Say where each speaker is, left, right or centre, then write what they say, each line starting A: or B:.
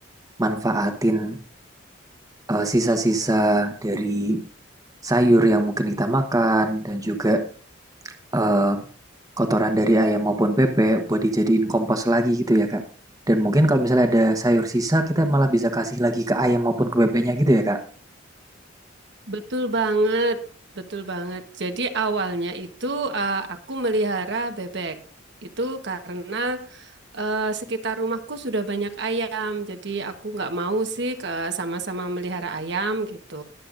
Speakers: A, on the right (about 20°); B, on the right (about 60°).
A: manfaatin eh, sisa-sisa dari sayur yang mungkin kita makan dan juga eh, Kotoran dari ayam maupun bebek buat dijadiin kompos lagi gitu ya, Kak? Dan mungkin kalau misalnya ada sayur sisa, kita malah bisa kasih lagi ke ayam maupun ke bebeknya gitu ya, Kak?
B: Betul banget, betul banget. Jadi awalnya itu eh, aku melihara bebek. Itu karena Eh, sekitar rumahku sudah banyak ayam, jadi aku nggak mau sih ke sama-sama melihara ayam gitu.